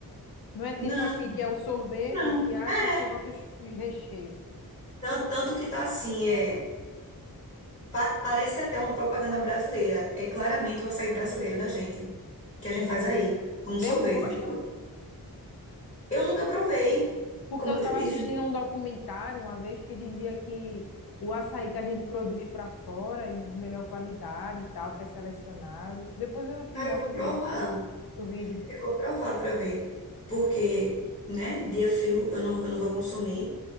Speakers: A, on the left (about 75°); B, on the left (about 30°).
A: Não é tipo
B: Não,
A: aqui que é o sorvete,
B: não.
A: entre aspas,
B: É.
A: você bota os, os recheios.
B: Tanto, tanto que tá assim, é, pa- parece até uma propaganda brasileira. É claramente o açaí brasileiro da gente, que a
A: Hum.
B: gente faz aí, como
A: Mesmo
B: sorvete,
A: gosto?
B: entendeu? Eu nunca provei,
A: Porque
B: como
A: eu
B: eu
A: estava
B: te disse.
A: assistindo um documentário uma vez que dizia que o açaí que a gente produz para fora, ele é de melhor qualidade e tal, porque é selecionado. Depois eu te
B: Cara,
A: mostro
B: eu vou provar.
A: o link do vídeo.
B: Eu vou provar para ver. Porque, né, dia frio eu não, eu não vou consumir,